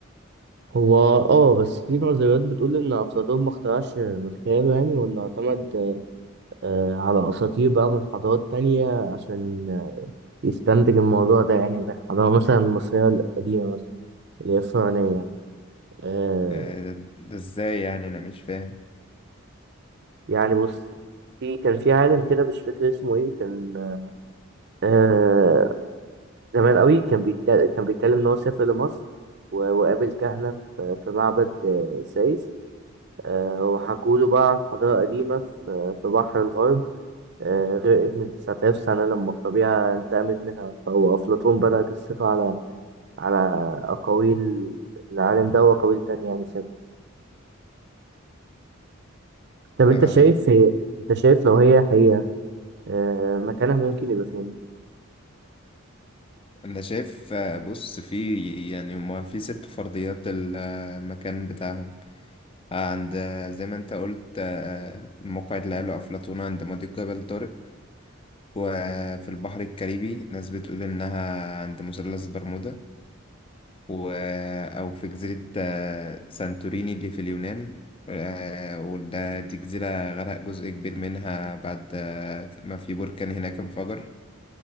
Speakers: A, on the right; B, on the left.
A: هو اه بس في نظريات بتقول إن أفلاطون ما اخترعش من خياله يعني وإنه اعتمد آه، على أساطير بقى من حضارات تانية عشان يستنتج الموضوع ده يعني زي الحضارة مثلا المصرية القديمة مثلا اللي هي الفرعونية يعني. آه
B: آه، ده ده ازاي يعني أنا مش فاهم
A: يعني بص في كان في عالم كده مش فاكر اسمه ايه كان آه زمان قوي كان بيتكلم كان بيتكلم ان هو سافر لمصر و- وقابل كهنة في في معبد آه سايس آه وحكوا له بقى عن حضارة قديمة في في بحر الغرب آه غرقت من 9000 سنة لما الطبيعة انتقمت منها فهو أفلاطون بدأ قصته على على أقاويل العالم ده وأقاويل تانية يعني طب انت
B: آه.
A: شايف هي انت شايف لو هي حقيقة آه، مكانها ممكن يبقى فين؟
B: انا شايف آه، بص في يعني هما في ست فرضيات المكان بتاعهم عند آه، زي ما انت قلت آه، موقع اللي قاله افلاطون عند مضيق جبل طارق وفي البحر الكاريبي ناس بتقول انها عند مثلث برمودا و او في جزيرة آه، سانتوريني اللي في اليونان آه، وده دي جزيرة غرق جزء كبير منها بعد آه، ما في بركان هناك انفجر